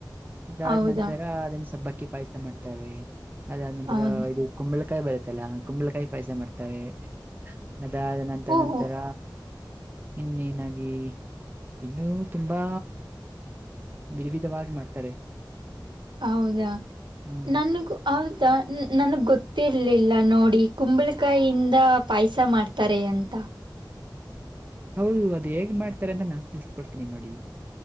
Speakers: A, on the right; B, on the right.
A: ಅದಾದ್
B: ಹೌದಾ
A: ನಂತರ ಅದನ್ನ ಸಬ್ಬಕ್ಕಿ ಪಾಯಸ ಮಾಡ್ತಾರೆ. ಅದಾದ ನಂತರ
B: ಹೌದು
A: ಇದು ಕುಂಬಳಕಾಯಿ ಬರುತ್ತಲ್ಲ ಕುಂಬಳಕಾಯಿ ಪಾಯಸ ಮಾಡ್ತರೆ ಅದ್ ನಂತ
B: ಓಹೋ
A: ನಂತರ ಇನ್ನೆನಾಗಿ ಇನ್ನೂ ತುಂಬಾ ವಿಧವಿಧವಾಗಿ ಮಾಡ್ತಾರೆ.
B: ಹೌದಾ
A: ಹ್ಮ್
B: ನನಗೂ ಹೌದಾ ನನಗ್ ಗೊತ್ತಿರ್ಲಿಲ್ಲ ನೋಡಿ ಕುಂಬಳಕಾಯಿಂದ ಪಾಯಸ ಮಾಡ್ತ್ ತ್ತಾರೆ ಅಂತ
A: ಹೌದು ಅದು ಹೇಗ್ ಮಾಡ್ತಾರೆ ಅಂತ ನಾನ್ ತಿಳ್ಸ್ಕೊಡ್ತೀನಿ ನೋಡಿ